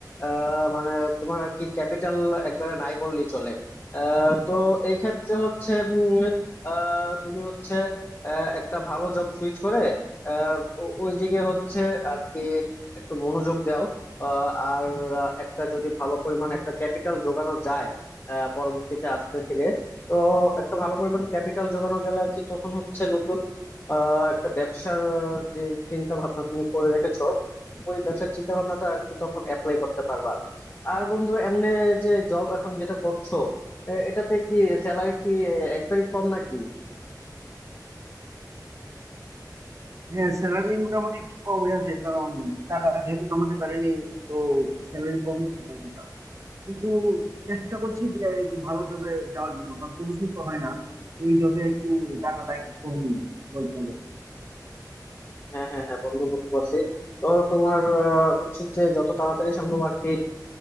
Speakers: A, on the left; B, on the right.
A: আহ মানে তোমার আর কি ক্যাপিটাল একবারে নাই বললেই চলে আহ, তো এই ক্ষেত্রে হচ্ছে উম, আহ, তুমি হচ্ছে আহ, একটা ভালো জব সুইচ করে আহ, ও- ওইদিকে হচ্ছে আর কি একটু মনোযোগ দাও আহ, আর আহ, একটা যদি ভালো পরিমাণ একটা ক্যাপিটাল জোগানো যায় আহ, পরবর্তীতে আস্তে ধীরে তো একটা ভালো পরিমাণ ক্যাপিটাল জোগানো গেলে আর কি তখন হচ্ছে নতুন আহ, একটা ব্যবসার যে চিন্তা ভাবনা তুমি করে রেখেছো ওই ব্যবসার চিন্তা ভাবনাটা আর কি তখন অ্যাপ্লাই করতে পারবা আর বন্ধু এমনি যে জব এখন যেটা করছো এ- এটাতে কি স্যালারি কি একবারই কম নাকি
B: হ্যাঁ স্যালারি মোটামুটি একটু কমই আছে কারণ টাকা যেহেতু জমাতে পারিনি তো স্যালারি কমই থাকার কথা কিন্তু চেষ্টা করছি যে একটু ভালো জবে যাওয়ার জন্য কারণ কমিশন তো হয় না ওই জবে একটু টাকাটা একটু কমই বলতে গেলে
A: হ্যাঁ হ্যাঁ হ্যাঁ বন্ধু বুঝতে পারছি তো তোমার আহ, উচিত যে যত তাড়াতাড়ি সম্ভব আর কি